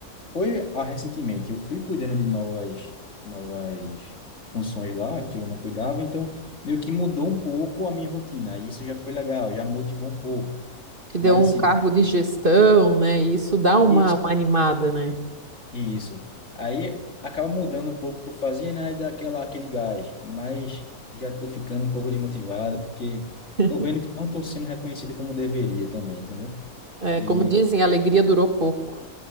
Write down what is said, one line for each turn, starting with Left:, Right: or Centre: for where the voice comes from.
Left: foi ah, recentemente, eu fui cuidando de novas, novas funções lá que eu não cuidava, então meio que mudou um pouco a minha rotina. Aí isso já foi legal, já motivou um pouco.
Right: Te deu
Left: Mas
Right: um
Left: assim,
Right: cargo de gestão, né? E isso dá uma,
Left: isso,
Right: uma animada, né?
Left: isso. Aí acaba mudando um pouco o que eu fazia, né? E dá aquela, aquele gás. Mas já tô ficando um pouco desmotivado, porque
Right: <laughs>
Left: tô vendo que não tô sendo reconhecido como deveria também, entendeu?
Right: É,
Left: E
Right: como dizem, a alegria durou pouco.